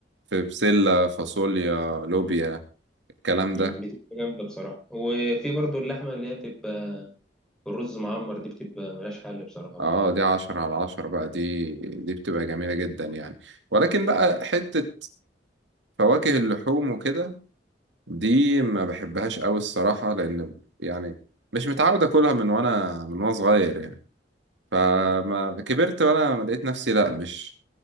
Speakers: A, on the right (about 80°); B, in the centre.
A: في بسلة فاصوليا لوبيا الكلام ده
B: امم بتبقى جامده بصراحه وفي برضو اللحمه اللي هي بتبقى بالرز معمر دي بتبقى ملهاش حل بصراحه برضه
A: اه دي عشرة على عشرة بقى دي دي بتبقى جميلة جدا يعني ولكن بقى حتة فواكه اللحوم وكده دي ما بحبهاش أوي الصراحة لأن يعني مش متعود أكلها من وأنا من وأنا صغير يعني فما كبرت وأنا لقيت نفسي لأ مش